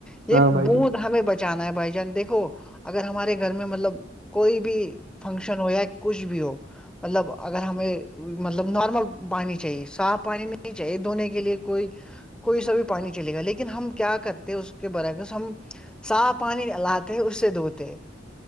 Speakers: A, in the centre; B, on the right.
A: یہ
B: ہاں بھائی
A: بوند
B: جان
A: ہمیں بچانا ہے بھائی جان دیکھو اگر ہمارے گھر میں مطلب کوئی بھی فنکشن ہویا کچھ بھی ہو مطلب اگر ہمیں مطلب نارمل پانی چاہیے صاف پانی میں نہیں چاہیے دنے کے لیے کوئی کوئی سا بھی پانی چلے گا لیکن ہم کیا کرتے اس کے برعکس ہم صاف پانی لاتے ہیں اس سے دھوتے ہیں